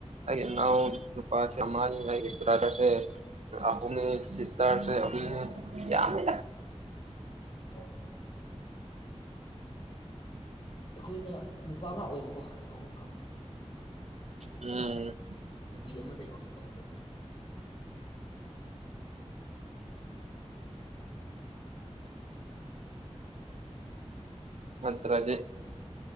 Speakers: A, on the right; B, on the left.
A: ꯑꯩ ꯅꯅꯥ ꯅꯨꯄꯥꯁꯤꯥꯡ ꯭ꯔꯥꯗꯁꯦꯍꯃꯤ ꯆꯔꯁꯨ
B: ꯑꯣ
A: ꯌꯥꯝꯃꯦ
B: ꯑ ꯑꯩꯈꯣꯏꯅ ꯅꯨꯄꯥ ꯉꯥꯛ ꯑꯣꯏꯕꯀꯣ ꯑꯍꯨꯝꯈꯛ
A: ꯎꯝ
B: ꯅꯨꯄꯤ ꯑꯃꯠꯇ ꯌꯥꯎꯗꯕ ꯑꯩꯈꯣꯏꯅ
A: ꯑꯠꯇꯂꯦ